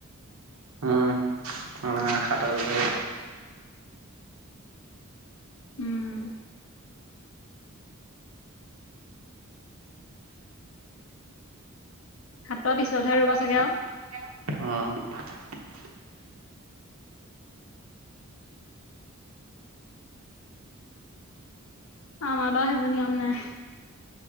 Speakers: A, on the right; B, on the left.
A: উম মানে খটা বিষয়।
B: উম। হাতৰ পিছতহে
A: সাতৰ
B: ৰুব চাগে
A: পিছতহে
B: আৰু
A: ৰুব চাগে আও। অহ
B: আমাৰ বাৰু সেইবোৰ নিয়ম নাই।